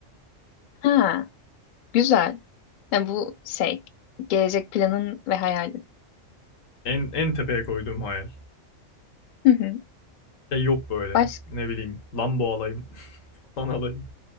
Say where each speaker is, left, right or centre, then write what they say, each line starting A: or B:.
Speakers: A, on the left; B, on the left.
A: Ha, güzel. Yani bu şey gelecek planın ve hayalin.
B: En en tepeye koyduğum hayal.
A: Hı hı.
B: Şey yok böyle.
A: Baş...
B: Ne bileyim Lambo alayım <laughs> falan alayım.